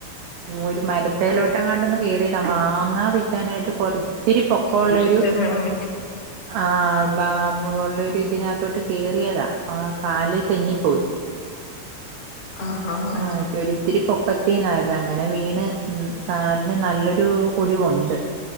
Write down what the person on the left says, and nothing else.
സൂക്ഷിച്ച് വേണം
ആ ആ ആ